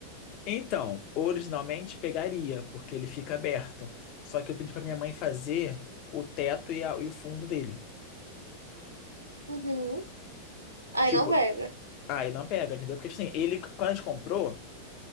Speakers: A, on the left (about 40°); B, on the right (about 80°).
A: Então, originalmente pegaria, porque ele fica aberto. Só que eu pedi pra minha mãe fazer o teto e, a- e o fundo dele.
B: Uhum. Aí
A: Tipo,
B: não pega.
A: aí não pega, entendeu? Porque tipo assim, ele, quando a gente comprou,